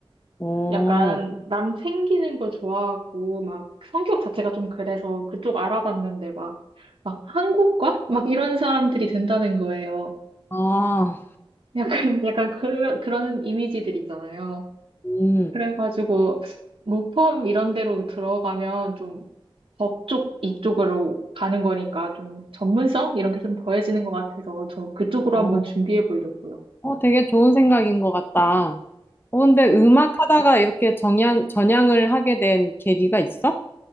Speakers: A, on the left; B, on the right.
A: 어,
B: 약간 남 챙기는 거 좋아하고, 막 성격 자체가 좀 그래서 그쪽 알아봤는데 막, 막 한국과? 막 이런 사람들이 된다는 거예요.
A: 아,
B: <laughs> 약간, 약간 그, 그런 이미지들 있잖아요.
A: 음,
B: 그래가지고, 로펌 이런 데로 들어가면 좀 법 쪽 이쪽으로 가는 거니까 좀 전문성? 이런 게 좀 더해지는 것 같아서 저 그쪽으로
A: 어,
B: 한번 준비해 보려고요.
A: 어, 되게 좋은 생각인 것 같다. 어, 근데 음악
B: 음.
A: 하다가 이렇게 정향, 전향을 하게 된 계기가 있어?